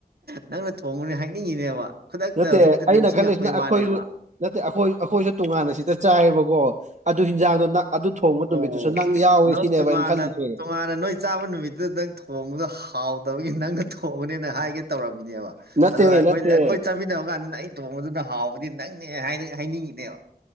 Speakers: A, on the right (about 75°); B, on the right (about 45°).
A: ꯅꯪꯅ ꯊꯣꯡꯕꯅꯦ ꯍꯥꯏꯅꯤꯡꯉꯤꯅꯦꯕ ꯈꯨꯗꯛꯇ
B: ꯅꯠꯇꯦ
A: ꯍꯧꯖꯤꯛꯇ
B: ꯑꯩꯅ
A: ꯅꯤꯡꯁꯤꯡꯉꯛꯄꯩ
B: ꯈꯜꯂꯤꯁꯤꯅ ꯑꯩꯈꯣꯏꯁꯨ
A: ꯋꯥꯅꯦꯕ
B: ꯅꯠꯇꯦ ꯑꯩꯈꯣꯏ ꯑꯩꯈꯣꯏꯁꯨ ꯇꯣꯉꯥꯟꯅ ꯁꯤꯗ ꯆꯥꯏꯌꯦꯕꯀꯣ ꯑꯗꯨ ꯍꯤꯟꯖꯥꯡꯗꯣ ꯑꯗꯨ ꯊꯣꯡꯕ
A: ꯑꯣ
B: ꯅꯨꯃꯤꯠꯇꯨꯁꯨ ꯅꯪ ꯌꯥꯎꯋꯦ ꯁꯤꯅꯦꯕ
A: ꯇꯣꯉꯥꯟꯅ
B: ꯑꯩꯅ ꯈꯜꯂꯤꯁꯦ
A: ꯇꯣꯉꯥꯟꯅ ꯅꯣꯏ ꯆꯥꯕ ꯅꯨꯃꯤꯠꯇꯨꯗ ꯅꯪ ꯊꯣꯡꯕꯗꯣ ꯍꯥꯎꯇꯕꯒꯤ ꯅꯪꯅ ꯊꯣꯡꯕꯅꯦꯅ ꯍꯥꯏꯒꯦ ꯇꯧꯔꯝꯃꯤꯅꯦꯕ
B: ꯅꯠꯇꯦ
A: ꯑꯗꯣ ꯑꯩꯈꯣꯏ
B: ꯅꯠꯇꯦ
A: ꯑꯩꯈꯣꯏ ꯆꯥꯃꯤꯟꯅꯕ ꯀꯥꯟꯗ ꯅ ꯑꯩ ꯊꯣꯡꯕꯗꯨꯗ ꯍꯥꯎꯕꯗꯤ ꯅꯪꯅꯦ ꯍꯥꯏꯅꯤꯡꯉꯤꯅꯦꯕ